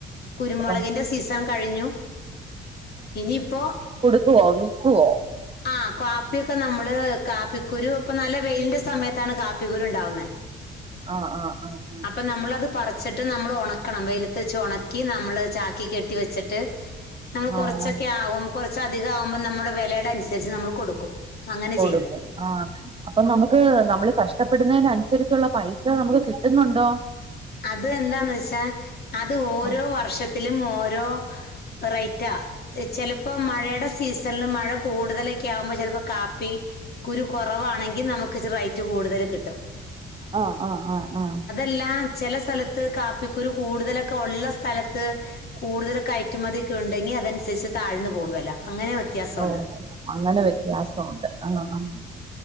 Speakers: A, on the left; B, on the right.
A: കുരുമൊളകിന്റെ
B: അപ്പൊ
A: സീസൺ കഴിഞ്ഞു ഇനിയിപ്പോ.
B: ക്കുവോ വിൽക്ക്വോ
A: ആഹ് കാപ്പ്യൊക്കെ നമ്മള് കാപ്പിക്കുരു ഇപ്പൊ നല്ല വെയിലിന്റെ സമയത്താണ് കാപ്പിക്കുരു ഇണ്ടാവുന്നേ
B: ആഹ് ആഹ് ആഹ്
A: അപ്പൊ നമ്മളത് പറിച്ചിട്ട് നമ്മള് ഒണക്കണം വെയ്ലത്ത് വച്ച് ഒണക്കി നമ്മള് ചാക്കി കെട്ടി വെച്ചിട്ട് നമ്മള്
B: ആഹ്
A: കൊറച്ചൊക്കെ
B: ആഹ്
A: ആകും കൊറച്ച് അധികം ആവുമ്പോ നമ്മുടെ വെലേടെ അനുസരിച്ച് നമ്മള് കൊടുക്കും അങ്ങനെ
B: കൊടുക്കും
A: ചെയ്യുന്നത്
B: ആഹ് അപ്പൊ നമുക്ക് നമ്മള് കഷ്ടപ്പെടുന്നേനനുസരിച്ചുള്ള പൈസ നമുക്ക് കിട്ടുന്നുണ്ടോ
A: അത് എന്താന്ന് വെച്ചാ അത് ഓരോ
B: ആഹ്
A: വർഷത്തിലും ഓരോ റേറ്റാ ചെലപ്പോ മഴേടെ സീസണില് മഴ കൂടുതലൊക്കെ ആവുമ്പോ ചെലപ്പോ കാപ്പി കുരു കൊറവാണെങ്കി നമുക്കിച്ചി റേറ്റ് കൂടുതല് കിട്ടും
B: ആഹ് ആഹ് ആഹ് ആഹ്
A: ല്ലാ ചെല സ്ഥലത്ത് കാപ്പിക്കുരു കൂടുതലൊക്കെ ഒള്ള സ്ഥലത്ത് കൂടുതല് കയറ്റുമതിക്കെ ഉണ്ടെങ്കി അതനുസരിച്ച് താഴ്ന്ന് പോവും വെല അങ്ങനെ വ്യത്യാസമുണ്ട്.
B: ഓ അങ്ങനെ വ്യത്യാസോണ്ട് ആഹ് ആഹ്